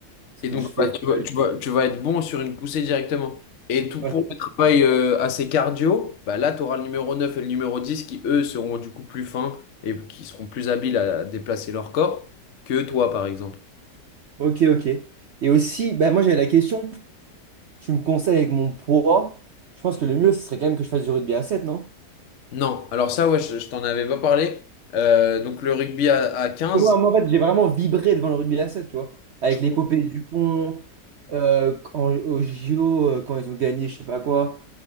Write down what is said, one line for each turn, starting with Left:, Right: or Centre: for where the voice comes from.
Right: Ce
Left: Et
Right: que
Left: donc,
Right: je fais.
Left: bah, tu vas,
Right: euh,
Left: tu vas, tu vas être bon sur une poussée directement. Et tout
Right: ouais.
Left: pour le travail euh, assez cardio, bah là, tu auras le numéro 9 et le numéro 10 qui, eux, seront du coup plus fins et qui seront plus habiles à déplacer leur corps que toi, par exemple.
Right: Ok, ok. Et aussi, bah moi j'avais la question, tu me conseilles avec mon poids, je pense que le mieux, ce serait quand même que je fasse du rugby à sept non?
Left: Non, alors ça, ouais, je, je t'en avais pas parlé. Euh, donc, le rugby à, à 15,
Right: Parce que Moi, moi, en fait, j'ai vraiment vibré devant le rugby à sept tu vois. Avec
Left: je crois.
Right: l'épopée du pont, euh, quand, au JO, euh, quand ils ont gagné, je sais pas quoi,